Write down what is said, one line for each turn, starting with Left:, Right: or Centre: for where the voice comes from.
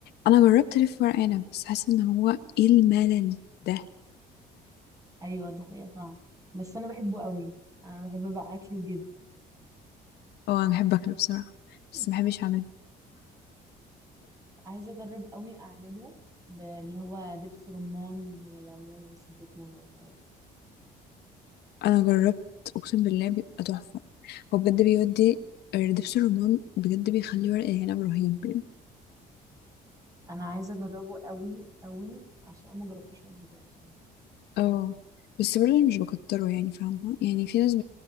Left: انا جربت الف ورق عنب بس حاسه ان هو ايه الملل ده
Right: ايوه دي حقيقة فعلا بس انا بحبه قوي انا بحب بقى اكله جدا
Left: اه انا بحب اكله بصراحه
Right: <laughs>
Left: بس ما بحبش اعمله
Right: عايزة اجرب قوي اعمله اللي هو دبس رمان وليمون وزيت زيتون والحاجات دي
Left: انا جربت اقسم بالله بيبقى تحفه هو بجد بيودي آه، دبس الرمان بجد بيخلي ورق العنب رهيب
Right: انا عايزة اجربه قوي قوي عشان انا ما جربتوش قبل كده بصراحة
Left: اه بس برضه مش بكتره يعني فاهمة يعني في ناس